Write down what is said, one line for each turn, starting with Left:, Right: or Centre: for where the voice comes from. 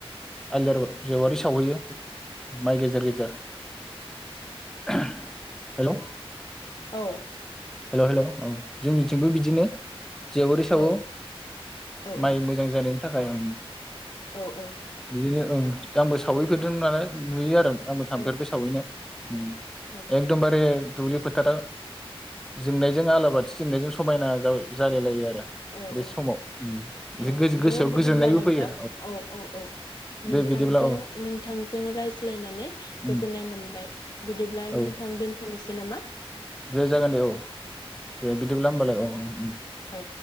Centre: <unintelligible> जेवारि सावहैयो माइ गेजेर गेजेर हेलौ
Left: औ
Centre: हेलौ हेलौ औ जोंनिथिंबो बिदिनो। जेवारि सावो
Left: औ औ औ
Centre: माइ मोजां जानायनि थाखाय ओम
Left: औ औ
Centre: बिदिनो ओं आंबो सावहैफेरदों नालाय नुयो आरो। आंबो थांफेरबाय
Left: औ
Centre: सावहैनो उम
Left: औ
Centre: एकदमबारे दुब्लिफोथारा जोंनायजों आलाबाथि जोंनायजों समायना जाव-जालाय लायो आरो।
Left: औ
Centre: बे
Left: औ
Centre: समाव उम एसे
Left: औ
Centre: गोसोआव
Left: दे बिदिब्ला
Centre: गोजोननायबो
Left: नोंथां
Centre: फैयो
Left: औ औ औ नोंथांजों
Centre: दे बिदिब्ला औ
Left: नोंथांजों रायज्लायनानै
Centre: उम
Left: गोजोननाय मोनबाय बिदिब्ला
Centre: औ
Left: नोंथां दोनथ'निसै नामा?
Centre: दे जागोन दे औ दे बिदिब्ला होमबालाय औ औ।
Left: औ।